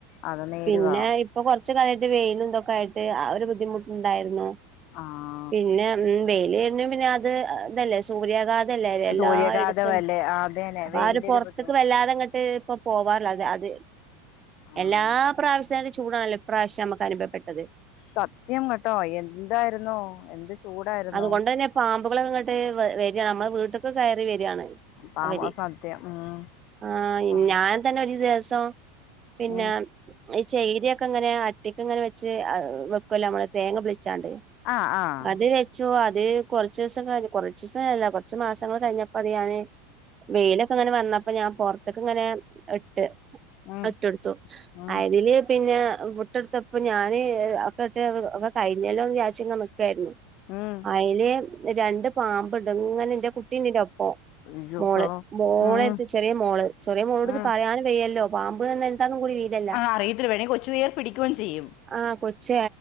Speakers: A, on the left (about 50°); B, on the right (about 25°).
A: അത് നേരുവാ
B: പിന്നെ ഇപ്പൊ കൊറച് കാലയിട്ട് വെയിലുംതൊക്കെ ആയിട്ട് ആ ഒരു ബുദ്ധിമുട്ടുണ്ടായിരുന്നു.
A: ആഹ്
B: പിന്നെ ഉം വെയ്ല് വേര്ണ പിന്നെ അത് ഇതല്ലേ സൂര്യാഘാതം. ഇതല്ലേ എല്ലായിടത്തും
A: സൂര്യാഘാതമല്ലേ ആ അതന്നെ
B: അപ്പ
A: വെയിലിന്റെ
B: ആരും പൊറത്തക്ക്
A: ഒരു ബുദ്ധിമുട്ട്
B: വല്ലാതങ്ങട്ട് ഇപ്പൊ പോവാറില്ല അത്
A: ആഹ്
B: എല്ലാ പ്രാവശ്യത്താട്ടീം ചൂടണല്ലോ ഇപ്രാവശ്യം അമ്മക്ക് അനുഭവപ്പെട്ടത്.
A: സത്യം കേട്ടോ എന്തായിരുന്നോ എന്ത് ചൂടായിരുന്നോ
B: അത്കൊണ്ട്ന്നെ പാമ്പുകൾ ങ്ങട്ട് വരിയാണ് നമ്മളെ വീട്ട്ക്ക്‌ കയറി വരിയാണ്.
A: പാമ്പ്
B: അവര്
A: സത്യം ഉം
B: ആ
A: പാമ്പ്
B: ഞാൻ തന്നെ ഒരു ദിവസം പിന്നെ
A: ഉം
B: ഈ ചെയ്രിക്കെ ഇങ്ങനെ അട്ടിക്ക്ങ്ങനെ വെച്ച് വെക്കല്ലോ അമ്മള് തേങ്ങ പൊളിച്ചാണ്ട്.
A: ആഹ് ആഹ്
B: അത് വെ ച്ചു അത് കൊറച്ച് ദിവസം കഴ കുറച്ച്സംല്ല കൊറച്ച് മാസങ്ങൾ കഴിഞ്ഞപ്പോ അത് ഞാന്. വെയിലൊക്കെങ്ങനെ വന്നപ്പോ ഞാൻ പൊറത്ത്ക്ക്‌ങ്ങനെ ഇട്ട്
A: ഉം
B: ഇട്ടോടുത്തു
A: ഉം
B: അതില്. പിന്നെ മുട്ടെടുത്തപ്പ ഞാന് ഒക്കെ ഇട്ട് ഒക്കെ കഴിഞ്ഞല്ലോ ന്ന് വിചാരിച്ചിങ് നിക്കായിരുന്നു
A: ഉം
B: അയ്ല് രണ്ട് പാമ്പ് ഇണ്ട് ഇങ്ങനെ ഇന്റെ കുട്ടീന്റെനൊപ്പം
A: അയ്യോ
B: മോള്
A: പ്പോ
B: മോളടുത്ത്
A: ഉം
B: ചെറിയ മോള് ചെറിയ മോളോട്
A: ഉം
B: ഇത് പറാനും വയ്യല്ലോ പാമ്പ് എന്ന് <unintelligible>
A: അഹ് അറിയത്തില്ല വേണെ കൊച്ചു കേറി പിടിക്കുയും ചെയ്യും.
B: ആഹ് കൊച്ച